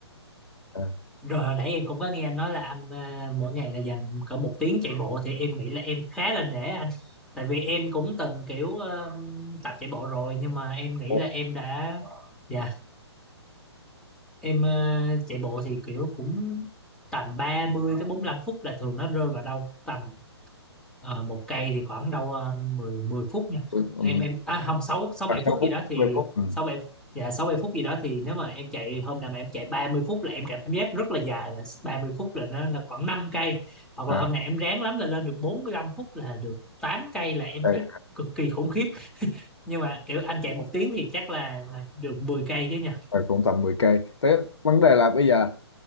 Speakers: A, on the left; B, in the centre.
A: À,
B: rồi hồi nãy em cũng có nghe anh nói là anh ờ, mỗi ngày là dành cỡ một tiếng chạy bộ thì em nghĩ là em khá là nể anh tại vì em cũng từng kiểu ờ, tập chạy bộ rồi nhưng mà em nghĩ
A: một-
B: là em đã dạ em ờ, chạy bộ thì kiểu cũng tầm 30 tới bốn lăm phút là thường nó rơi vào đâu tầm ờ, một cây thì khoảng đâu ờ, 10 10 phút nha
A: ừm,
B: em em à không 6 6
A: và
B: 7
A: sáu
B: phút
A: phút,
B: gì đó thì
A: mười phút. ừ.
B: 6 bảy dạ 6 7 phút gì đó thì nếu mà em chạy hôm nào mà em chạy 30 phút là em cảm giác rất là dài là 30 phút là nó là khoảng năm cây hoặc
A: à,
B: là hôm nào em ráng lắm là lên được 45 phút là được 8 cây là em
A: đây,
B: thấy cực kỳ khủng khiếp nhưng mà kiểu anh chạy một tiếng thì chắc là, là được 10 cây chứ nhỉ
A: và cũng tầm 10 cây thế vấn đề là bây giờ